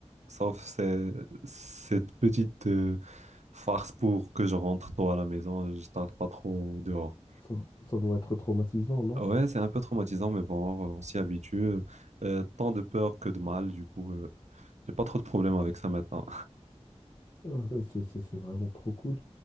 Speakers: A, on the right; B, on the left.
A: Sauf ce- cette petite euh, farce pour que je rentre tôt à la maison, je tarde pas trop dehors.
B: ça, ça doit être traumatisant, non?
A: Ouais, c'est un peu traumatisant, mais bon, on s'y habitue. Euh, euh, tant de peur que de mal, du coup, euh, j'ai pas trop de problèmes avec ça maintenant.
B: Euh, c'est, c'est- c'est vraiment trop cool.